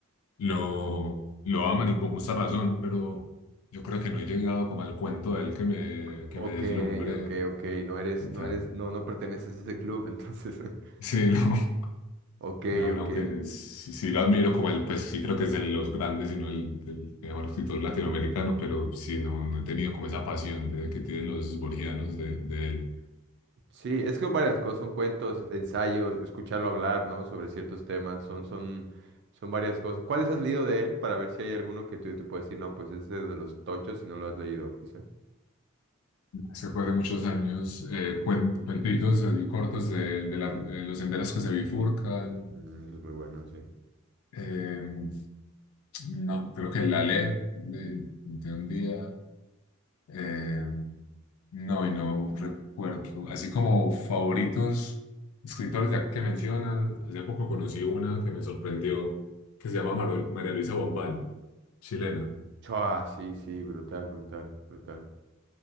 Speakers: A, on the left (about 85°); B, on the right (about 55°).
A: lo, lo aman y con justa razón, pero yo creo que no he llegado como al cuento de él que me,
B: Ok,
A: que me deslumbre
B: ok, ok. No eres,
A: y tal.
B: no eres, no,
A: <laughs>
B: no perteneces a ese club, entonces. <laughs>
A: Sí, no,
B: Ok,
A: no,
B: ok.
A: no, aunque eh, sí, sí lo admiro como el, pues sí creo que es de los grandes y no el, el mejor escritor latinoamericano, pero sí, no, no he tenido como esa pasión de, que tienen los borgianos de de él.
B: Sí, es que son varias cosas, son cuentos, ensayos, escucharlo hablar, ¿no? Sobre ciertos temas, son, son, son varias cosas. ¿Cuáles has leído de él? Para ver si hay alguno que tú te puedes decir, no, pues es de de los tochos si no lo has leído, quizá.
A: Se fue de muchos años, eh, cuen- cuentitos así cortos de, de la- eh, los senderos que se bifurcan.
B: Mm, eso es muy bueno, sí.
A: eh, no, creo que la ley de, de un día. eh, no, y no recuerdo. Así como favoritos escritores, ya que mencionas, hace poco conocí una que me sorprendió, que se llama Maro- María Luisa Bombal, chilena,
B: Chua, sí, sí, brutal, brutal, brutal.